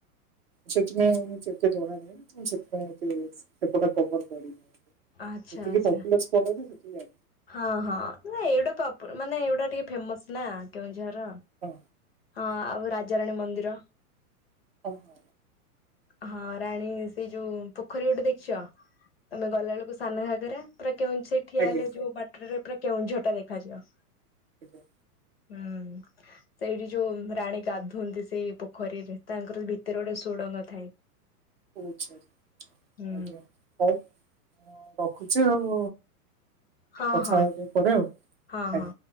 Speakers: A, on the right; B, on the left.
A: ସେଥିପାଇଁ ମୁଁ ସେତେ ଜଣ ନାହିଁ ଏତେ ସେଥିପାଇଁ ସେପଟେ କଭର କରିନୀ।
B: ଆଚ୍ଛା
A: ଯେତିକି
B: ଆଚ୍ଛା
A: ପପୁଲେସ୍ ପରେବି <inaudible>
B: ହଁ, ହଁ, ନା, ଏଇଗୁଡା ପପୂ ମାନେ ଏଇଗୁଡା ଟିକେ ଫେମସ୍ ନା। କେଉଁଝର,
A: ହଁ
B: ହଁ ଆଉ ରାଜାରାଣୀ ମନ୍ଦିର।
A: ହୋଉ। <unintelligible>
B: ହଁ, ରାଣୀ ସେଇ ଯୋଉ ପୋଖୋରୀ ଗୋଟେ ଦେଖଚ? ତମେ ଗଲାଳେକୁ ସାନ ଘାଗେରା ପୁରା କେଉଁଛିଟ୍ ଠିଆ
A: ଆଜ୍ଞା
B: ହେଲେ ଯୋଉ ବାଟ୍ରେ ପୁରା କେଉଁଝର୍ ଟା ଦେଖାଯିବ।
A: ଆଜ୍ଞା।
B: ହୁଁ। ସେଇଠି ଯୋଉ ରାଣୀ ଗାଧ୍ୱନ୍ତି ସେଇ ପୋଖରୀରେ, ତାଙ୍କର ଭିତେରେ ଗୋଟେ ସୁଡ଼ଙ୍ଗ ଥାଏ।
A: ଓଛା,
B: ହୁଁ
A: ଆଜ୍ଞା। ହୋଉ ରଖୁଚି ଆଉ,
B: ହଁ
A: ପଛା
B: ହଁ
A: ହେବି ପରେ ଆଉ।
B: ହଁ,
A: ଆଜ୍ଞା।
B: ହଁ।